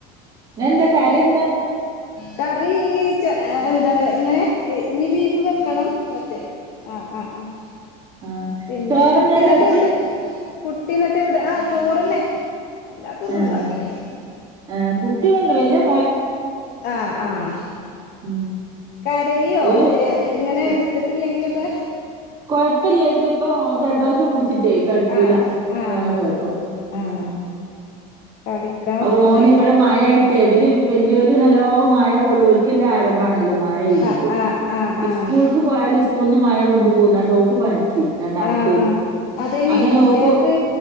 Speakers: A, on the right (about 25°); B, on the left (about 55°).
A: ഇന്നെന്താ കറി എന്താ
B: കറി എന്താ ഇങ്ങനെ ഇനി ബീഫ് ഫ് വെക്കണം മറ്റേ ആഹ് ആഹ് ആഹ്
A: ആഹ്
B: പിന്നെ
A: ചോറന്നെ
B: കുട്ടീന്നെട്ട്
A: രാത്രി
B: എവിടെ കുട്ടി എന്നിട്ട് എവിടെ ആഹ് ചോറന്നെ അല്ലാത്ത ഒന്നുണ്ടാക്കലില്ല
A: ആഹ് ആഹ് കുട്ടി ഇവടണ്ട് വല്ലോം
B: ആഹ് ആഹ്
A: ഉം
B: കരയോ
A: ഓല്
B: ഇങ്ങനെ
A: ക
B: എടുത്തിട്ടില്ലെങ്കിലൊക്കെ
A: കൊഴപ്പില്ല ക്ഷേ ഇപ്പൊ ജലദോഷം പുടിച്ചിട്ടേ കെടക്കൂല
B: ആഹ് ആഹ്
A: അതാണ് കൊഴപ്പം ഉം
B: ആഹ് കളിക്കാൻ
A: ഓന്
B: ഇതേക്ക
A: ഇവിടെ മഴയായി ട്ട് ഇബല് വെല്ല്യോല് നല്ലോ മഴ കൊള്ളും ഓൽക്കെല്ലെ ആരംഭാണല്ലോ മഴ പെയ്യിണത്
B: ആഹ് ആഹ് ആഹ് ആഹ്
A: സ്കൂൾക്ക് പോയാല് സ്കൂൾന്ന് മഴ കൊണ്ടു പോന്നാണ്ട് ഓക്ക് പനിച്ച് രണ്ടാമത്തേന്
B: ആഹ് അതേന്നെ
A: അങ്ങനെ
B: കുട്ട്യോക്ക്
A: ഓക്ക്